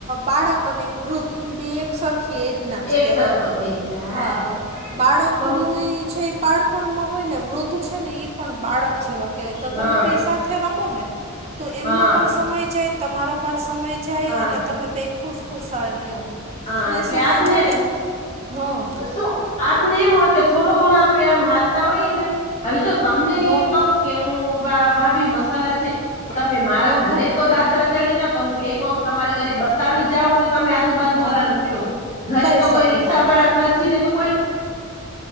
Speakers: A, on the right; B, on the left.
A: બાળક અને એક વૃદ્ધ ઈ બે એક સરખી એ ના જ
B: એક
A: કહેવાય
B: સરખો થઈ જાય
A: હા બાળકનું
B: પણ
A: ઈ છે એ બાળપણમાં હોય ને વૃદ્ધ છે ને એ પણ બાળક છે કે તો
B: હા
A: તમે બે સાથે રમો ને તો એમનો
B: હા
A: પણ સમય જાય તમારો પણ સમય જાય
B: હા
A: અને તમે બે ખુશખુશાલ રહ્યો
B: હા
A: ફ્રી
B: એટલે
A: સમય
B: આપને
A: મળે હા
B: શું આપને એમ હોય કે થોડો ઘણો આપે આમ હાલતા હોય ને હવે જો તમને
A: હ હ
B: કવ કે હું ભાભી મસાલા છે તમે મારા ઘરે
A: હ
B: તો દાદર ચડી ના કે એક વખત તમારે ઘરે બતાવી જાવં તો તમે આજુ બાજુ
A: હા
B: વાળા કયો ઘરે
A: કહી
B: તો
A: શકું
B: કોઈ રિકષા
A: હા
B: વાળા ખર્ચી ને તો કોઈ